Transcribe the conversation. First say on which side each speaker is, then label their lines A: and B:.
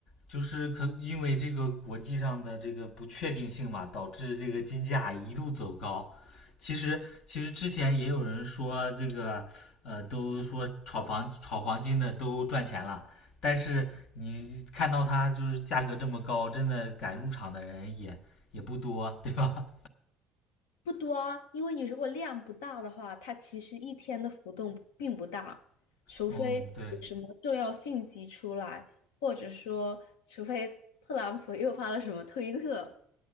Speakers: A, on the left; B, on the left.
A: 就是可因为这个国际上的这个不确定性嘛，导致这个金价一路走高。其实其实之前也有人说这个呃，都说炒房炒黄金的都赚钱了，但是你看到它就是价格这么高，真的敢入场的人也也不多，对吧？
B: 不多，啊，因为你如果量不大的话，它其实一天的浮动并不大，除非有什么重要信息出来，
A: <laughs> 嗯，对。
B: 或者说，除非特朗普又发了什么推特。